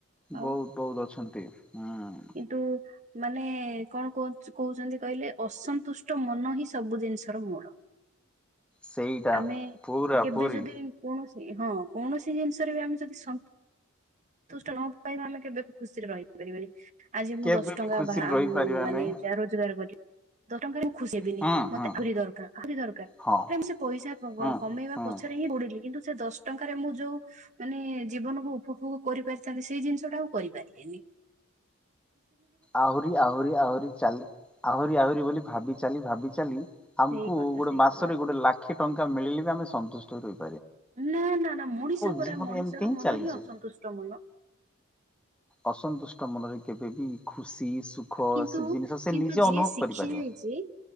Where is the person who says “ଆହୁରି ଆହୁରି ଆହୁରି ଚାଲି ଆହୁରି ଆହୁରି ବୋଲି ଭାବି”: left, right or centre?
Centre